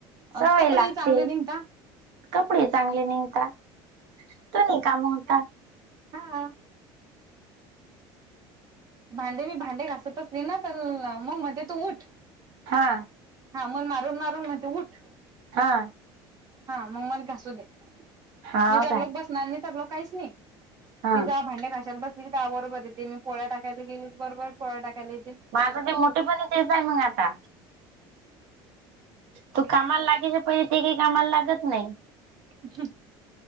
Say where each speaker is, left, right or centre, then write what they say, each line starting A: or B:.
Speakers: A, on the right; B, on the right.
A: अ
B: सवय
A: कपडे
B: लागते,
A: चांगले निघता
B: कपडे चांगले निगता सगळी काम होता.
A: हा. भांडे मी भांडे घासत असेल ना तर मंग म्हणते तू उठ
B: हा
A: हा मण मारून मारून म्हण उठ
B: हा
A: हा मग मला घासू दे
B: हा
A: मी तरलोक
B: काय
A: बसणार मी तरलोक काहीच नाही
B: हा
A: मी जा भांडडे्या घाशाला बसली क त्या बरोबर येत मी पोळ्या टाकायला गेली बरोबर पोळ्या टाकायला येते
B: मग आता ते मोठे पण तेच आहे मग आता तू कामाला लागेयच्या पहिजे ते काही कामाला लागत नाही
A: ह